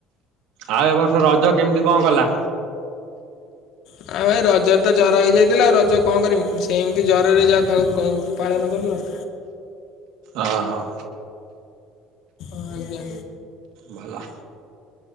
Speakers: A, on the right (about 75°); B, on the left (about 70°).
A: ଆଉ ଏବ ବର୍ଷ ରଜ କେମିତି କଣ ଗଲା?
B: ଆଉ, ଭାଇ ରଜରେ ତ ଜର ହେଇଯାଇଥିଲା। ଆଉ ରଜ କଣ କରିମି? ସେମିତି ଜ୍ୱରରେ ଯାହା ଖାଉ କଉ। ପାଳନ କଲୁ ଆଉ।
A: ଅ ହ।
B: <inaudible> ଆଜ୍ଞା।
A: ଭଲ।